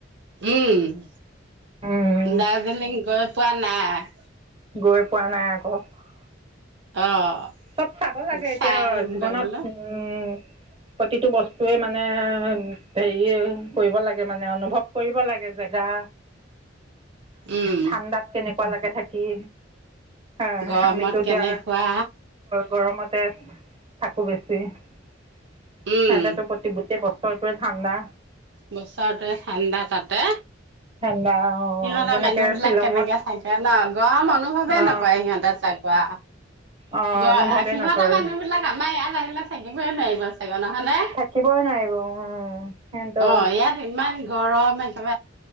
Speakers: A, on the right (about 65°); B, on the right (about 30°).
A: উম
B: উম,
A: দাৰ্জিলিং গৈ পোৱা নাই।
B: গৈ পোৱা নাই আকৌ। অহ।
A: অ'
B: চব চাব লাগে এতিয়া
A: চাই আহিমগৈ
B: জীৱনত
A: বোলো
B: উম। প্ৰতিটো বস্তুৱে মানে হেৰি কৰিব লাগে মানে অনুভৱ কৰিব লাগে জেগা।
A: উম
B: ঠাণ্ডাত কেনে। ৰাতিপুৱালেকে থাকি। হয়,
A: গৰমত
B: আমিতো। এতিয়া
A: কেনেকুৱা?
B: গৰমতে থাকোঁ বেছি। সেতৰ
A: উম
B: তোৰ প্ৰতিতি বুটে প। চক ঠাণ্ডা।
A: বছৰটোৱে ঠাণ্ডা তাতে।
B: ঠাণ্ডা অ
A: সিহঁতৰ
B: যেনেকে
A: মানুহ বিলাক
B: শ্বিলঙত
A: কেনেকে চাগে ন গৰম অনুভৱে
B: অ
A: নকৰে সিহঁতে চাগোৱা।
B: অ
A: গ',
B: অনুভৱে
A: সিহতঁৰ
B: নকৰে
A: মানুহ বিলাক আমাৰ ইয়াত। লাহিলে থাকিবইে নোৱাৰিব। নহয়নে?
B: থাকিবই নোৱাৰিব উম সিহঁতৰ
A: অ', ইয়াত ইমান গৰম। মৱ <inaudible>